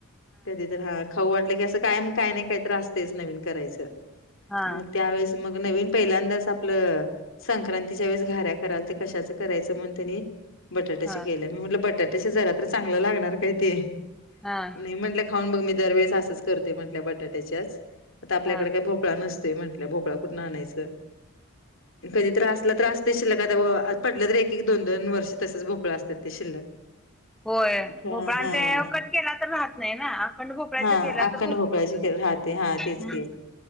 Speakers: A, on the left; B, in the centre.
A: कधी तर हा खाऊ वाटलं की असं काय काय नाही काय त्रासतेच नवीन करायचं
B: हा
A: मग त्यावेळेस. मग नवीन पहिल्यांदाच आपलं. संक्रांतीच्या वेळेस घऱ्या कराल तर कशाचं करायचं म्हण त्यांनी बटाट्याशी
B: हा
A: केल्या मी म्हटलं बटाट्याच्या जरा तर चांगलं लागणार काय ते
B: हा
A: नाही म्हट खाऊन बघ मी दरवेळेस असच करतोय म्हट बटाट्याच्याच आता आपल्याकडे
B: हा हा
A: काय भोपळा नसोय म्हट भोपळा. कुठण आणायचं. कधी त्रासला त्रास ते शिल्लक आता पडलं तर एक एक दोन दोन वर्षे तसेच भोपळा असतात ते शिल्लक.
B: होय
A: हां.
B: भोपळां ते कट केला तर राहत नाही ना अखंड भोपळ्याच्या
A: हा
B: केला
A: अखंड
B: तर भरपूर
A: भोपळाची
B: होतात.
A: खे राहते हा तेच
B: हम्म